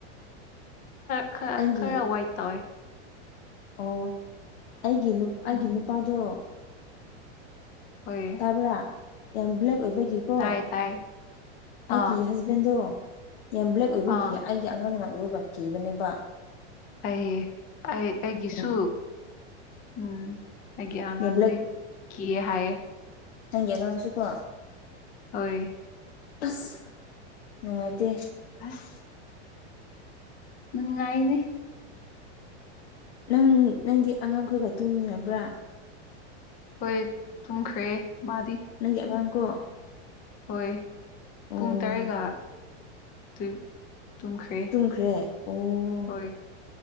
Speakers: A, on the left; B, on the left.
A: ꯈ
B: ꯑꯩꯒꯤ
A: ꯈꯔ ꯋꯥꯏꯠ ꯇꯧꯋꯦ
B: ꯑꯣ ꯑꯩꯒꯤ ꯅꯨ ꯑꯩꯒꯤ
A: ꯎꯝ
B: ꯅꯨꯄꯥꯗꯣ
A: ꯍꯣꯏ
B: ꯇꯥꯕ꯭ꯔꯥ ꯌꯥꯝ ꯕ꯭ꯂꯦꯛ ꯑꯣꯏꯕꯒꯤꯀꯣ
A: ꯇꯥꯏꯌꯦ ꯇꯥꯏꯌꯦ
B: ꯑꯩꯀꯤ
A: ꯑꯥ
B: ꯍꯁ ꯕꯦꯟꯗꯣ ꯌꯥꯝ ꯕ꯭ꯂꯦꯛ ꯑꯣꯏꯕꯒꯤ
A: ꯑꯥ
B: ꯑꯩꯒꯤ ꯑꯉꯥꯡꯅ ꯎꯔꯒ ꯀꯤꯕꯅꯦꯕ
A: ꯑꯩ ꯑꯩ ꯑꯩꯒꯤꯁꯨ
B: ꯎꯝ
A: ꯎꯝ ꯑꯩꯒꯤ ꯑꯉꯥꯡꯗꯤ
B: ꯌꯥꯝꯂꯛꯀꯤ
A: ꯀꯤꯌꯦ ꯍꯥꯏꯌꯦ
B: ꯅꯪꯒꯤ ꯑꯉꯥꯡꯁꯨꯨ ꯀꯣ
A: ꯍꯣꯏ
B: ꯑꯁ ꯅꯨꯡꯉꯥꯏꯇꯦ
A: ꯑꯁ ꯅꯨꯡꯉꯥꯏꯅꯦ
B: ꯅꯪ ꯅꯪꯒꯤ ꯑꯉꯥꯡꯈꯣꯏꯒ ꯇꯨꯃꯤꯟꯅꯕ꯭ꯔꯥ
A: ꯍꯣꯏ ꯇꯨꯝꯈ꯭ꯔꯦ ꯃꯥꯗꯤ
B: ꯅꯪꯒꯤ ꯑꯉꯥꯡꯀꯣ
A: ꯍꯣꯏ
B: ꯑꯣ
A: ꯄꯨꯡ ꯇꯔꯦꯒ ꯗꯨꯏ ꯇꯨꯝꯈ꯭ꯔꯦ
B: ꯇꯨꯝꯈ꯭ꯔꯦ ꯑꯣ
A: ꯍꯣꯏ